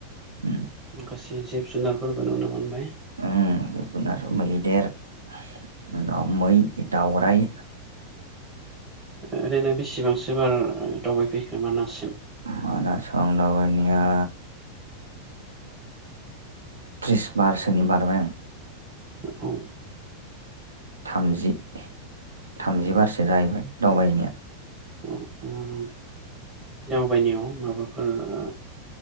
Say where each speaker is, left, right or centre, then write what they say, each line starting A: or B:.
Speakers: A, on the right; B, on the right.
A: उम
B: माखासे जिब जुनारफोरबो नुनो मोनबाय
A: उम जिब जुनार मैदेर उनाव मै दाउराइ
B: ओरैनो बेसेबांसो बार दावबायफैखो मानाससिम
A: मानासाव दावबायनाया त्रिस बारसोनि बारबाय आं
B: औ
A: थामजि थामजिबारसो जाहैबाय दावबायनाया
B: औ उम बायनायाव माबाफोर ओ